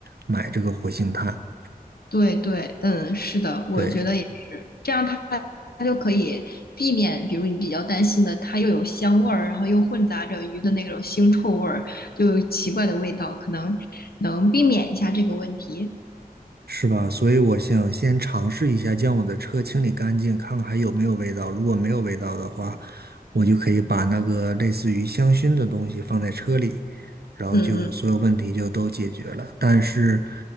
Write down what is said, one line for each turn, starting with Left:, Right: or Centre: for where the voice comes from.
Right: 买这个活性炭。
Left: 对对，嗯，是的，我觉得也是，
Right: 对，
Left: 这样它它就可以避免，比如你比较担心的，它又有香味儿，然后又混杂着鱼的那种腥臭味儿，就有奇怪的味道，可能能避免一下这个问题。
Right: 是吧？所以我想先尝试一下将我的车清理干净，看看还有没有味道。如果没有味道的话，我就可以把那个类似于香薰的东西放在车里，然后就所有问题就都解决了。
Left: 嗯嗯，
Right: 但是，